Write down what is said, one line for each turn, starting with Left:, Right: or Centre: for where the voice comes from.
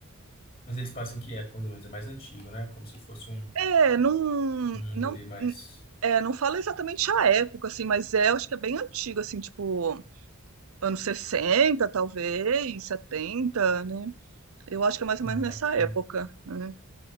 Left: Mas eles passam em que época, mais ou menos? É mais antigo, né? Como se fosse um
Right: É, não
Left: mundo
Right: não
Left: ali mais...
Right: é, não fala exatamente a época, assim, mas é, eu acho que é bem antigo, assim, tipo, anos 60 talvez, setenta né? Eu acho que é mais ou menos
Left: Não, é bacana.
Right: nessa época, né?